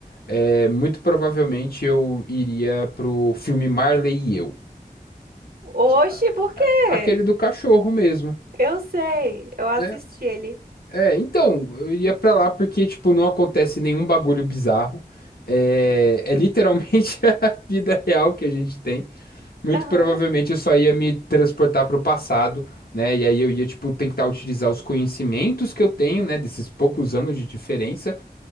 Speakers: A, on the left; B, on the right.
A: é, muito provavelmente eu iria pro filme Marley e Eu.
B: Oxe,
A: A-
B: por quê?
A: a- Aquele do cachorro mesmo,
B: Eu sei, eu assisti
A: né?
B: ele.
A: É, então, eu iria pra lá porque, tipo, não acontece nenhum bagulho bizarro. É, é literalmente <laughs> a vida real que a gente tem. muito
B: Aham.
A: provavelmente eu só ia me transportar para o passado, né? E aí eu ia, tipo, tentar utilizar os conhecimentos que eu tenho, né, desses poucos anos de diferença,